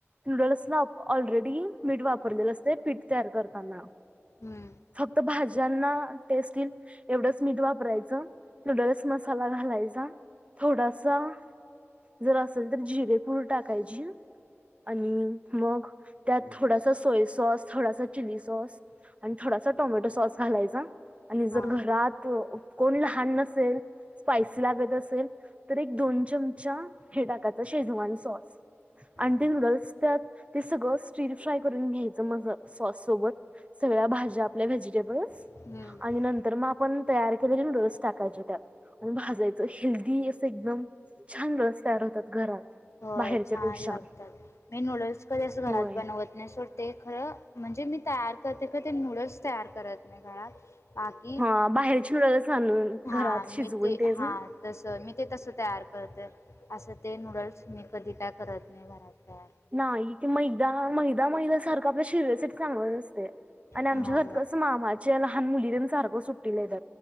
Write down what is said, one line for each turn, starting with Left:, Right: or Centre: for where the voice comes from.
Right: न्यूडल्स ना ऑलरेडी मीठ वापर पीठ तर करताना
Left: हम्म
Right: फक्त भाज्यांना टेस्ट एवढच मीठ वापरायचं न्यूडल्स मसाला घालायचा थोडासा जर असेल तर जिरेपूर टाकायची आणि मग त्यात थोडासा सोय सॉस थोडासा चिली सॉस आणि थोडासा टोमॅटो सॉस घालायचा आणि जर
Left: हा
Right: घरात कोण लहान नसेल स्पायसी लागत असेल तर एक दोन चमचा हे टाकाचा शेजवान सॉस आणि
Left: हा
Right: ते लुगल्स त्यात ते सगळं स्टीरफ्राय करून घ्यायचं माझ सॉस सोबत सगळ्या भाज्या आपल्या व्हेजिटेबल्
Left: हम्म
Right: आणि नंतर मग आपण तयार के नूडल्स टाकायच त्या भाजायचं हेल्दी असं एकदम छान रस्त्यावर होतात घरात
Left: होय
Right: बाहेरच्या
Left: छान
Right: पेक्षा
Left: लागतात मी नूडल्स कधी असं
Right: होय
Left: घरात बनवत नाही सोड ते खरं म्हणजे मी तयार करते का ते नूडल्स तयार करत नाही घरात बाकी
Right: हा बाहेरची नूडल्स आणून
Left: हा
Right: घरात
Left: मी
Right: शिजवून
Left: ते
Right: तेच
Left: हा
Right: ना
Left: तस मी ते तसं तयार करतं असं ते नूडल्स मी कधी काय करत नाही घरात तयार
Right: नाही ते मैदा मैदा मैदा सारखं आपल्या शि्यासाठी सांगत असते आणि आमच्या
Left: हो
Right: घर
Left: का?
Right: कसं मामाचे लहान मुली दे सारखं सुटलेेत